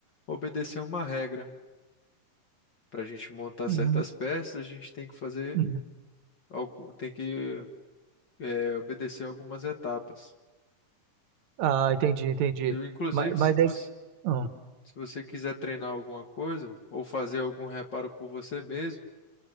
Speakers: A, on the left; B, on the right.
A: obedecer uma regra. Para a gente montar
B: uhum,
A: certas peças, a gente tem que fazer
B: uhum.
A: algo, tem que eh, obedecer algumas etapas.
B: Ah, entendi, entendi.
A: Se- Inclusive,
B: Mas, mas
A: se você,
B: é isso. Ah,
A: se você quiser treinar alguma coisa ou fazer algum reparo por você mesmo,